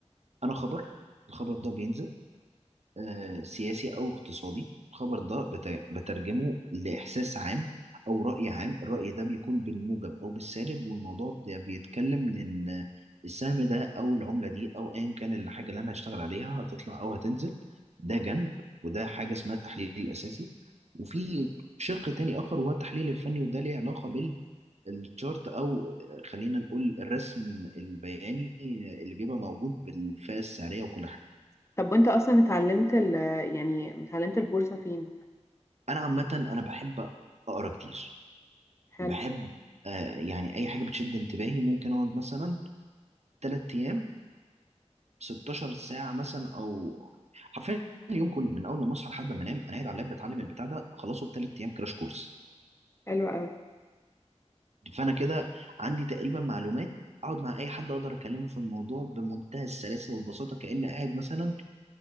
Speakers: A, on the right; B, on the left.
A: أنا خبر الخبر ده بينزل آه، سياسي أو اقتصادي الخبر ده بت- بترجمه لإحساس عام أو رأي عام الرأي ده بيكون بالموجب أو بالسالب والموضوع ده بيتكلم لأن السهم ده أو العملة دي أو أيا كان الحاجة اللي أنا هشتغل عليها هتطلع أو هتنزل ده جنب وده حاجة اسمها التحليل الأساسي وفي شق تاني آخر وهو التحليل الفني وده ليه علاقة بال الشارت او خلينا نقول الرسم البياني اللي بيبقى موجود بالفئه السعريه وكل حاجه
B: طب وانت اصلا اتعلمت ال يعني اتعلمت البورصة فين
A: انا عامه انا بحب اقرا كتير
B: حلو
A: بحب آه يعني اي حاجه بتشد انتباهي ممكن اقعد مثلا 3 ايام 16 ساعه مثلا او حرفيا اليوم كله من اول ما اصحى لحد ما انام انا قاعد على اللاب بتعلم البتاع ده اخلصه في 3 ايام كراش كورس
B: حلو قوي
A: فانا كده عندي تقريبا معلومات اقعد مع اي حد اقدر اكلمه في الموضوع بمنتهى السلاسه والبساطه كاني قاعد مثلا